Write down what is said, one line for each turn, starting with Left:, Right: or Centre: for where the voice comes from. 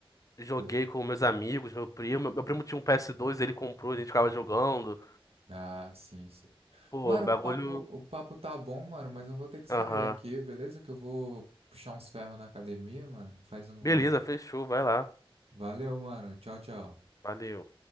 Left: Joguei
Right: Tô li-
Left: com meus amigos, meu primo. Meu, meu primo tinha um PS2, ele comprou, a gente ficava jogando.
Right: Ah, sim, sim.
Left: Pô,
Right: Mano,
Left: bagulho.
Right: o papo, o papo tá bom, mano, mas eu vou ter que sair
Left: Aham.
Right: aqui, beleza? Que eu vou puxar uns ferros na academia, mano. Faz um.
Left: Beleza, fechou, vai lá.
Right: Valeu, mano. Tchau, tchau.
Left: Valeu.